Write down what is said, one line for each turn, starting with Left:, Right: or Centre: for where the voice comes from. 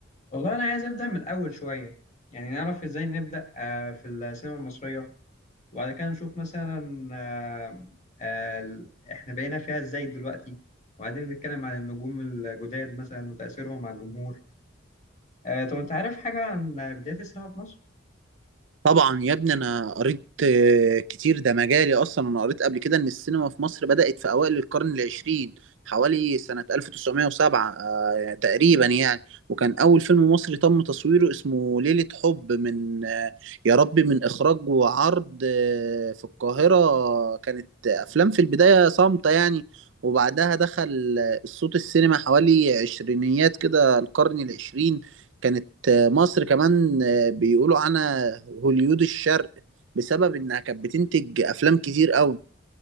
Left: والله أنا عايز أبدأ من الأول شوية يعني نعرف إزاي نبدأ آه، في السينما المصرية وبعد كده نشوف مثلا آه، آه، ال- احنا بقينا فيها ازاي دلوقتي وبعدين نتكلم عن النجوم الجداد مثلا وتأثيرهم على الجمهور آه، طب انت عارف حاجة عن بداية السينما في مصر؟
Right: طبعا يا ابني انا قريت آه، كتير ده مجالي اصلا انا قريت قبل كده ان السينما في مصر بدأت في اوائل القرن العشرين حوالي سنة 1907 آه، تقريبا يعني وكان اول فيلم مصري تم تصويره اسمه ليلة حب من آه، يا ربي من اخراج وعرض آه، في القاهرة كانت افلام في البداية صامتة يعني وبعدها دخل آه، الصوت السينما حوالي عشرينيات كده القرن العشرين كانت آه، مصر كمان بيقولوا عنها هوليود الشرق بسبب انها كانت بتنتج افلام كتير قوي